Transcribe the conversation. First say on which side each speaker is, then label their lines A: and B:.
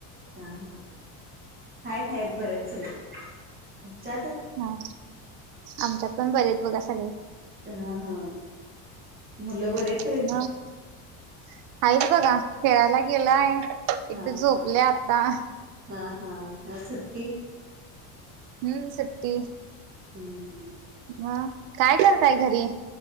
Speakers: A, on the right; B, on the right.
A: हा हा हाईत हाईत बरायत. स चाचं
B: हा आमच्यात पण बरेेत बघा सगळे.
A: हा हा मुलं बरेत.
B: म हाईत बघा, खेळायला गेलाय, एकटी
A: हा
B: झोपल्या
A: हा
B: आता.
A: हा हा ह सुट्टी
B: हम्म सुट्टी.
A: हम्म.
B: म काय कर ताय घरी